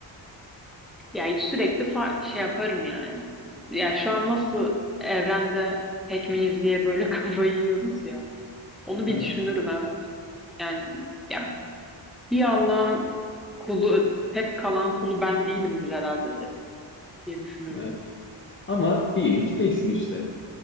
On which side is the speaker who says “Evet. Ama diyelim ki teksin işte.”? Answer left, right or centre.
Left